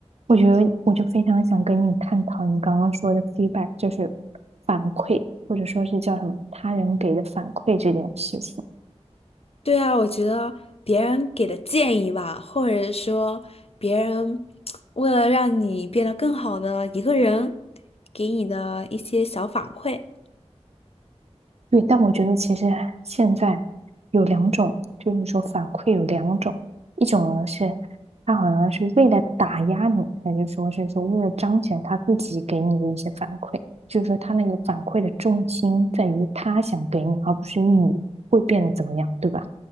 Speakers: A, on the right; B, on the left.
A: 我觉得我就非常想跟你探讨你刚刚说的 feedback，就是反馈，或者说是叫什么他人给的反馈这件事情。
B: 对啊，我觉得别人给的建议吧，或者说别人为了让你变得更好的一个人，给你的一些小反馈，
A: 对，但我觉得其实现在有两种，就是说反馈有两种，一种呢是他好像是为了打压你，还是说是说为了彰显他自己给你的一些反馈，就是说他那个反馈的重心在于他想给你，而不是你会变得怎么样，对吧？